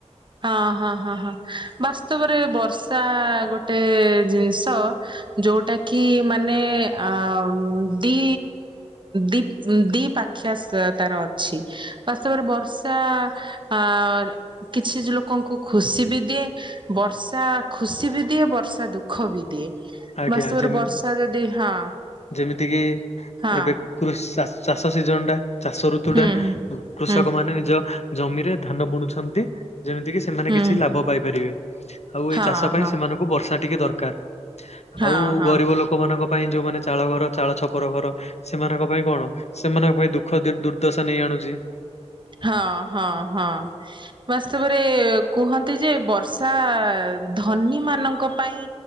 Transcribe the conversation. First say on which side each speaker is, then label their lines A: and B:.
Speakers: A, on the right; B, on the left.
A: ହଁ ହଁ ହଁ ହଁ ବାସ୍ତବରେ ବର୍ଷା ଗୋଟେ ଜିନିଷ ଯୋଉଟା କି ମାନେ ଅଁ ଦି ଦି ଦି ପାଖ୍ୟା ତାର ଅଛି ବାସ୍ତବରେ ବର୍ଷା ଆ କିଛି ଲୋକଙ୍କୁ ଖୁସି ବି ଦିଏ। ବର୍ଷା ଖୁସି ବି ଦିଏ ବର୍ଷା ଦୁଃଖ ବି ଦିଏ।
B: ଆଜ୍ଞା
A: ବାସ୍ତବରେ
B: ଯେମି
A: ବର୍ଷା ଯଦି ହଁ।
B: ଯେମିତି କିି
A: ହଁ
B: ଏବେ କୃଷ ଷା ଚାଷ ସିଜନ୍ ଟା ଚାଷ ଋତୁ
A: ହୁଁ
B: ଟା
A: ହୁଁ
B: କୃଷକ
A: ହୁଁ
B: ମାନେ ନିଜ ଜମିରେ ଧାନ ବୁଣୁଛନ୍ତି ଯେମିତି କି ସେ ସେମାନେ
A: ହୁଁ
B: କିଛି ଲାଭ ପାଇପାରିବେ ଆଉ
A: ହଁ
B: ଏ ଚାଷ ପାଇଁ
A: ହଁ
B: ସେମାନଙ୍କୁ ବର୍ଷା ଟିକେ ଦରକାର।
A: ହଁ
B: ଆଉ
A: ହଁ
B: ଗରିବ ଲୋକମାନଙ୍କ ପାଇଁ ଯୋଉମାନେ ଚାଳ ଘର ଚାଳ ଛପର ଘର ସେମାନଙ୍କ ପାଇଁ କଣ ସେମାନଙ୍କ ପାଇଁ ଦୁଃଖ ଦୁର୍ଦ୍ଦଶା ନେଇ ଆଣୁଚି।
A: ହଁ ହଁ ହଁ। ବାସ୍ତବରେ କୁହନ୍ତି ଯେ ବର୍ଷା ଧନୀ ମାନଙ୍କ ପାଇଁ